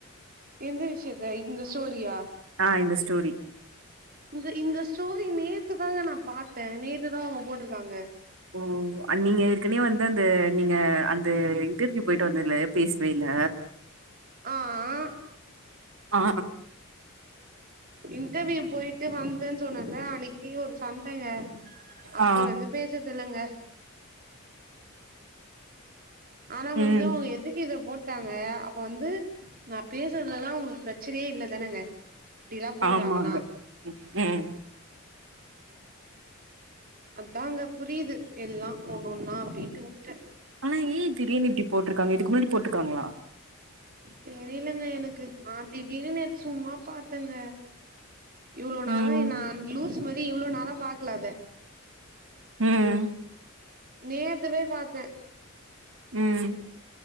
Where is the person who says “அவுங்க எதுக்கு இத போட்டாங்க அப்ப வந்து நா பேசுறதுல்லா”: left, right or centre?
Right